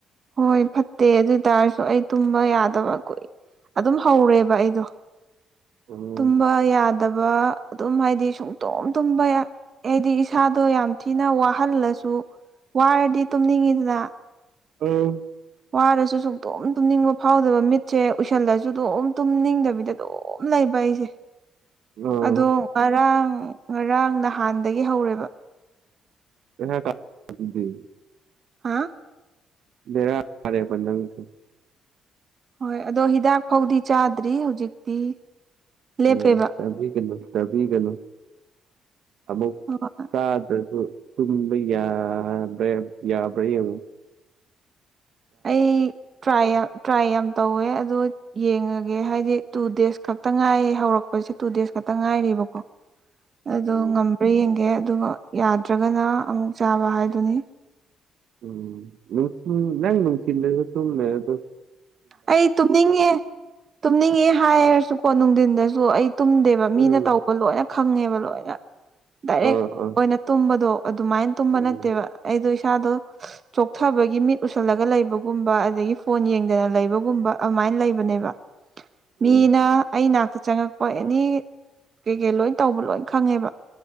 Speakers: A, on the right (about 45°); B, on the right (about 70°).
A: ꯍꯣꯏ ꯐꯠꯇꯦ ꯑꯗꯨ ꯑꯣꯏ ꯇꯔꯁꯨ ꯑꯩ ꯇꯨꯝꯕ ꯌꯥꯗꯕ ꯀꯣꯏ ꯑꯗꯨꯝ ꯍꯧꯔꯦꯕ ꯑꯩꯗꯣ
B: ꯑꯥ
A: ꯇꯨꯝꯕ ꯌꯥꯗꯕ ꯑꯗꯨꯝ ꯍꯥꯏꯗꯤ ꯁꯨꯝ ꯇꯣꯝ ꯇꯨꯝꯕ ꯍꯥꯏꯗꯤ ꯏꯁꯥꯗꯣ ꯌꯥꯝ ꯊꯤꯅ ꯋꯥꯍꯜꯂꯁꯨ ꯋꯥꯔꯗꯤ ꯇꯨꯝꯅꯤꯡꯉꯤꯗꯅ
B: ꯑꯣ
A: ꯋꯥꯔꯁꯨ ꯁꯨꯡꯛꯇꯝ ꯇꯨꯝꯅꯤꯡꯕ ꯐꯥꯎꯗꯕ ꯃꯤꯠꯁꯦ ꯎꯏꯁꯜꯂꯁꯨ ꯑꯗꯨꯝ ꯇꯨꯝꯅꯤꯡꯗꯕꯤꯗ ꯑꯗꯨꯝ ꯂꯩꯕ ꯏꯁꯦ
B: ꯑꯥ
A: ꯑꯗꯣ ꯉꯔꯥꯡ ꯉꯔꯥꯡ ꯅꯍꯥꯟꯗꯒꯤ ꯍꯧꯔꯦꯕ
B: ꯑꯟꯏꯟꯇꯦꯜꯂꯤꯖꯦꯕꯜ
A: ꯍꯥ
B: ꯕꯦꯔ ꯀꯤꯔꯦ ꯕ ꯅꯩꯁꯨ
A: ꯍꯣꯏ ꯑꯗꯣ ꯍꯤꯗꯥꯛ ꯐꯥꯎꯗꯤ ꯆꯥꯗ꯭ꯔꯤ ꯍꯧꯖꯤꯛꯇꯤ ꯂꯦꯞꯄꯦꯕ
B: ꯎꯝ ꯇꯕꯤ ꯀꯩꯅꯣ ꯇꯕꯤ ꯀꯩꯅꯣ ꯑꯃꯨꯛ
A: ꯍꯣꯏ
B: ꯁꯥꯗꯁꯨ ꯇꯨꯝꯕ ꯌꯥꯕ꯭ꯔꯦ ꯌꯥꯕ꯭ꯔꯥ ꯌꯦ
A: ꯑꯩ ꯇ꯭ꯔꯥꯏ ꯇ꯭ꯔꯥꯏ ꯌꯥꯝ ꯇꯧꯋꯦ ꯑꯗꯨ ꯌꯦꯡꯉꯒꯦ ꯍꯥꯏꯗꯤ ꯇꯨ ꯗꯦꯖ ꯈꯛꯇ ꯉꯥꯏꯌꯦ ꯍꯧꯔꯛꯄꯁꯦ ꯇꯨ ꯗꯦꯖ ꯈꯛꯇ ꯇ ꯉꯥꯏꯔꯤꯕꯀꯣ ꯑꯗꯣ
B: ꯎꯝ
A: ꯉꯝꯕ꯭ꯔꯥ ꯌꯦꯡꯒꯦ ꯑꯗꯨꯒ ꯌꯥꯗ꯭ꯔꯒꯅ ꯑꯃꯨꯛ ꯆꯥꯕ ꯍꯥꯏꯗꯨꯅꯤ
B: ꯎꯝꯅꯨꯡ ꯅꯨꯡꯊꯤꯟ ꯂꯩꯁ ꯃꯗ
A: ꯑꯩ ꯇꯨꯝꯅꯤꯡꯉꯦ ꯇꯨꯝꯅꯤꯡꯉꯦ ꯍꯥꯏꯔꯁꯨꯀꯣ ꯅꯨꯡꯊꯤꯟꯗꯁꯨ ꯑꯩ ꯇꯨꯝꯗꯦꯕ
B: ꯎꯝ
A: ꯃꯤꯅ ꯇꯧꯕ ꯂꯣꯏꯅ ꯈꯪꯉꯦꯕ ꯂꯣꯏꯅ ꯗꯥꯏꯔꯦꯛ
B: ꯑꯥ ꯑꯥ
A: ꯑꯣꯏꯅ ꯇꯨꯝꯕꯗꯣ ꯑꯗꯨꯃꯥꯏꯅ ꯇꯨꯝꯕ
B: ꯎꯝ
A: ꯅꯠꯇꯦꯕ ꯑꯩꯗꯣ ꯏꯁꯥꯗꯣ ꯊꯕꯒꯤ ꯃꯤꯠ ꯎꯁꯜꯂꯒ ꯂꯩꯕꯒꯨꯝꯕ ꯑꯗꯒꯤ ꯐꯣꯟ ꯌꯦꯡꯗꯅ ꯂꯩ ꯨꯝ ꯑꯗꯨꯃꯥꯏꯅ ꯂꯩꯕꯅꯦꯕ
B: ꯎꯝ
A: ꯃꯤꯅ ꯑꯩꯅꯥꯛꯇ ꯆꯪꯉꯛꯄ ꯑꯦꯅꯤ ꯀꯩ ꯀꯩ ꯂꯣꯏ ꯇꯧꯕ ꯂꯣꯏ ꯈꯪꯉꯦꯕ